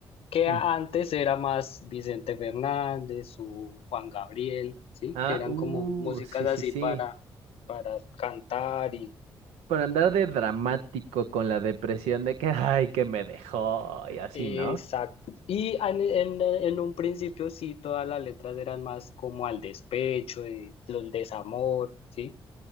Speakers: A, on the left; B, on the right.
A: que
B: Mm.
A: a- antes era más Vicente Fernández o Juan Gabriel, ¿sí?
B: Ah,
A: Que eran
B: uh,
A: como músicas
B: sí,
A: así
B: sí, sí.
A: para, para cantar y...
B: Por andar de dramático con la depresión de que, ay, que me dejó y así,
A: Exacto.
B: ¿no?
A: Y en, en- en un principio sí, todas las letras eran más como al despecho, eh, el, desamor, ¿sí?